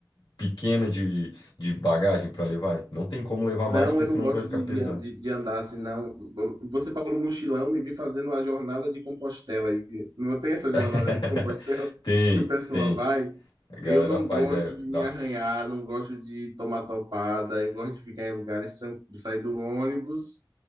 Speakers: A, on the left (about 80°); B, on the right (about 75°).
A: pequena de, de bagagem para levar? Não tem como levar
B: Não,
A: mais, porque
B: eu
A: senão
B: não gosto
A: vai ficar
B: de,
A: pesado.
B: de, de de andar assim, não. Você falou mochilão, me vi fazendo a jornada de Compostela. E Não tem essa
A: <laughs>
B: jornada de Compostela <laughs>
A: Tem,
B: que o pessoal
A: tem.
B: vai.
A: A galera
B: Eu não
A: faz,
B: gosto
A: é.
B: de
A: dá
B: me arranhar, não gosto de tomar topada, eu gosto de ficar em lugares tranquilos, sair do ônibus